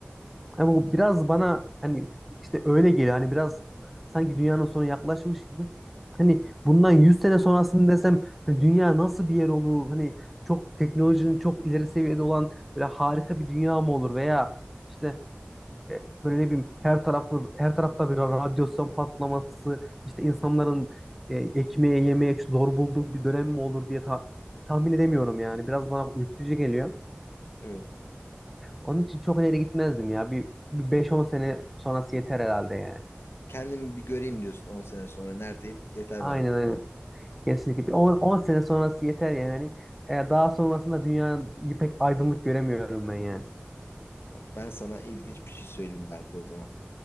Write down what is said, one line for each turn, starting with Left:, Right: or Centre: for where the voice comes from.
Centre: Yani bu biraz bana hani işte öyle geliyor. Hani biraz sanki dünyanın sonu yaklaşmış gibi. Hani bundan 100 sene sonrasını desem hani dünya nasıl bir yer olur? Hani çok teknolojinin çok ileri seviyede olan böyle harika bir dünya mı olur veya işte e, böyle ne bileyim her tarafı her tarafta bir radyasyon patlaması, işte insanların e, ekmeğe yemeye zor bulduğu bir dönem mi olur diye ta- tahmin edemiyorum yani. Biraz bana ürkütücü geliyor.
Left: Evet.
Centre: Onun için çok ileri gitmezdim ya. Bir, bir beş on sene sonrası yeter herhalde yani.
Left: Kendimi bir göreyim diyorsun 10 sene sonra neredeyim? Yeter
Centre: Aynen
Left: bana diyorsun.
Centre: aynen. Kesinlikle. Bir on on sene sonrası yeter yani. E, daha sonrasında dünyayı pek aydınlık göremiyorum ben yani.
Left: Hı hı. Bak ben sana ilginç bir şey söyleyeyim belki o zaman.